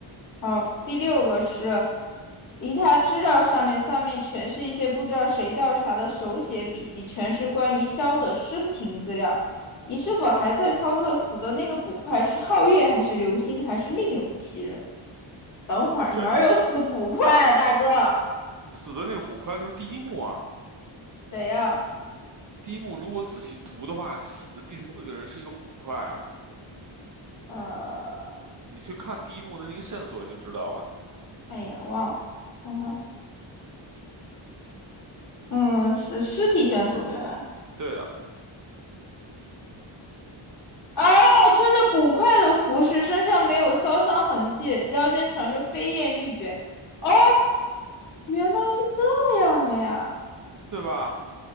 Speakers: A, on the left (about 35°); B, on the right (about 40°).
A: 好，第六个是，以他资料上面上面全是一些不知道谁调查的手写笔记，全是关于肖的生平资料。你是否还在操作死的那个捕快是皓月还是流星还是另有其人？等会儿哪有死捕快啊，
B: 对的，
A: 大哥？
B: 死的那个捕快就是第一幕啊。
A: 谁呀、
B: 第一幕如果仔细读的话，死的第四个人是一个捕快啊。
A: 啊呃，
B: 你去看第一幕的那个线索，你就知道了。
A: 哎呀，忘了，等会嗯，是尸体线索对吧？
B: 对的，
A: 哦，穿着捕快的服饰，身上没有烧伤痕迹，腰间缠着飞燕玉珏。哦，原来是这样的呀！
B: 对吧？